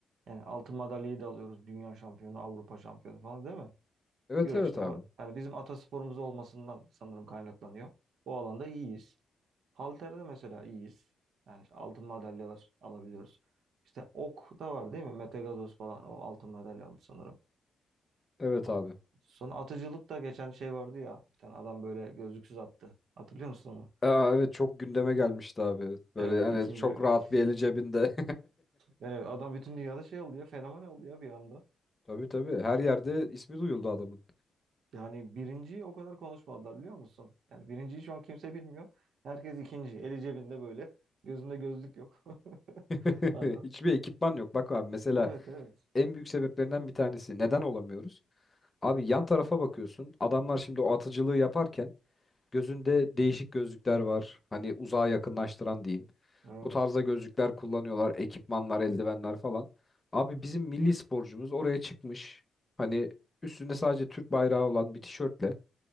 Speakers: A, on the right; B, on the left.
A: Yani altın madalyayı da alıyoruz. Dünya şampiyonu, Avrupa şampiyonu falan değil mi?
B: Evet
A: Güreşte
B: evet abi.
A: var. Yani bizim atasporumuz olmasından sanırım kaynaklanıyor. O alanda iyiyiz. Halterde mesela iyiyiz. Yani işte altın madalyalar alabiliyoruz. İşte ok da var değil mi? Mete Gazoz falan o altın madalya aldı sanırım.
B: Evet
A: Aa,
B: abi.
A: Sonra atıcılıkta geçen şey vardı ya. Bir tane adam böyle gözlüksüz attı. Hatırlıyor musun onu?
B: Aa, evet çok gündeme gelmişti abi. Böyle
A: Evet
B: hani
A: ikinci.
B: çok rahat
A: <laughs>
B: bir eli cebinde.
A: Evet, adam bütün dünyada şey oldu ya. Fenomen oldu ya bir anda.
B: <laughs> Tabii tabii her yerde ismi duyuldu adamın.
A: Yani birinciyi o kadar konuşmadılar biliyor musun? Yani birinciyi şu an kimse bilmiyor. Herkes ikinci. Eli cebinde böyle. Gözünde gözlük yok. <laughs>
B: <laughs>
A: Adam.
B: Hiçbir ekipman yok. Bak abi mesela
A: Evet evet.
B: en büyük sebeplerinden bir tanesi neden olamıyoruz? Abi yan tarafa bakıyorsun. Adamlar şimdi o atıcılığı yaparken gözünde değişik gözlükler var. Hani uzağa yakınlaştıran diyeyim.
A: Evet.
B: Bu tarzda gözlükler kullanıyorlar, ekipmanlar, eldivenler falan. Abi bizim milli sporcumuz oraya çıkmış. Hani üstünde sadece Türk bayrağı olan bir tişörtle.